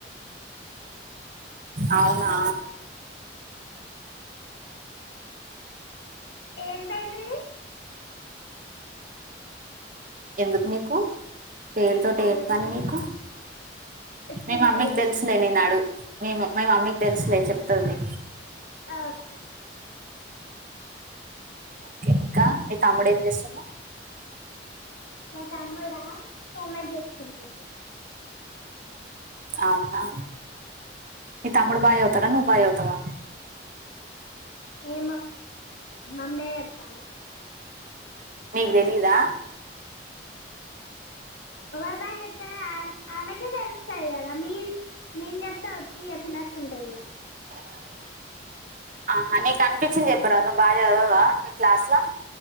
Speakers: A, on the right; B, on the left.
A: అవునా
B: ఏం పేరు మీది
A: ఎందుకు నీకు పేరుతోటి
B: అడిగిన
A: ఏమి పని నీకు
B: వచ్చింది
A: మేము మమ్మీకి
B: అడిగిన
A: తెలుసులే నినాడు మేము మీ మమ్మీకి తెలుసులే చెప్తదిలే
B: ఓకే
A: ఓకే ఇంకా మీ తమ్ముడు ఏం చేస్తున్నా
B: మా తమ్ముడా హోవర్క్ చేసుకుంటుండు
A: అవునా మీ తమ్ముడు బాగా చదువుతాడా నువ్వు బాగా చదువుతావా
B: ఏమో మమ్మే చెప్పాలి
A: నీకు తెలీదా
B: ఎవరు బాగా చదువుతారో ఆమెకే తెలుస్తది కదా మేం మేం చెప్తే ఉట్టిగా చెప్పినట్టు ఉంటదిగా
A: <unintelligible> ఆహా నీకు అనిపించింది చెప్పురా నువ్వు బాగా చదవవా మీ క్లాస్ల